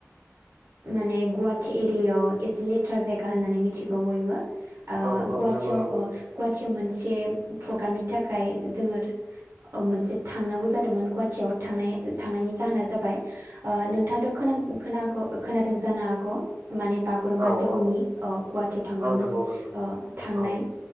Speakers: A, on the right (about 50°); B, on the right (about 75°).
A: माने गुवाहाटि एरियाव एसे लेथ्रा जायगा होननानै मिथिगौ बयबो। ओ
B: औ औ
A: गुवाहाटियाव
B: नंगौ नंगौ
A: ओ गुवाहाटियाव मोनसे प्रग्रामनि थाखाय जोङो ओ मोनसे थांनांगौ जादोंमोन गुवाहाटियाव थांनाय थांनायनि जाहोना जाबाय ओ नोंथाङाथ'
B: औ
A: खोन खोनाग' खोनादों जानो हागौ। माने बागुरुम्बा
B: औ
A: दोहौनि
B: औ
A: अ गुवाहाटियाव थांदोंमोन
B: औ नंगौ नंगौ
A: आं थांनाय
B: औ